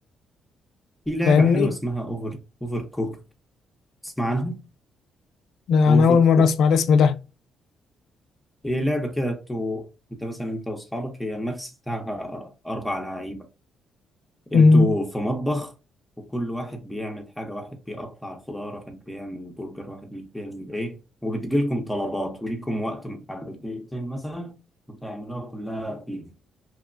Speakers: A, in the centre; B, on the left.
A: في لعبة
B: فاهمني؟
A: حلوة اسمها اوفر اوفر كوك تسمع عنها
B: لا،
A: اوفر
B: أنا أول
A: كوك
B: مرة أسمع الاسم ده
A: هي لعبة كده تو انت مثلا انت واصحابك هي الماكس بتاعها اربع لعيبة
B: مم.
A: انتوا في مطبخ وكل واحد بيعمل حاجة واحد بيقطع الخضار واحد بيعمل برجر واحد مش بيعمل ايه وبتجيلكم طلبات وليكم وقت محدد دقيقتين مثلا وتعملوها كلها فيه